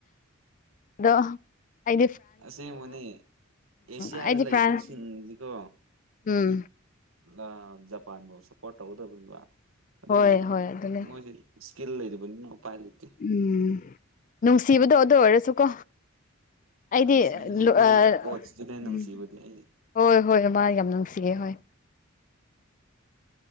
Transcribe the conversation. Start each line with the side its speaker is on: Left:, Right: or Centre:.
Left: ꯑꯗꯣ ꯑꯩ
Right: ꯑꯁꯦꯡꯕꯅꯦ ꯑꯦꯁꯤꯌꯥꯗ
Left: ꯑꯩꯗꯤ ꯐ꯭ꯔꯥꯟꯁ
Right: ꯂꯩꯕꯁꯤꯡꯗꯤꯀꯣ
Left: ꯎꯝ
Right: ꯂꯥ ꯖꯄꯥꯟꯕꯨ ꯁꯞꯄꯣꯔꯠ ꯇꯧꯒꯗꯧꯕꯒꯤ ꯋꯥ ꯑꯗꯨ
Left: ꯍꯣꯏ
Right: ꯑꯣꯏꯔꯁꯨ
Left: ꯍꯣꯏ ꯑꯗꯨꯅꯦ
Right: ꯃꯣꯏꯁꯤ ꯁ꯭ꯀꯤꯜ ꯂꯩꯗꯕꯅꯤꯅ ꯎꯄꯥꯏ ꯂꯩꯇꯦ
Left: ꯎꯝ ꯅꯨꯡꯁꯤꯕꯗꯣ ꯑꯗꯨ ꯑꯣꯏꯔꯁꯨꯀꯣ ꯑꯩꯗꯤ
Right: ꯅꯨꯡꯁꯤꯅꯦ
Left: ꯂꫭ
Right: ꯃꯣꯏ
Left: ꯑ
Right: ꯀꯣꯆꯇꯨꯅꯦ ꯅꯨꯡꯁꯤꯕꯗꯤ
Left: ꯎꯝ
Right: ꯑꯩ
Left: ꯍꯣꯏ ꯍꯣꯏ ꯃꯥ ꯌꯥꯝ ꯅꯨꯡꯁꯤꯌꯦ ꯍꯣꯏ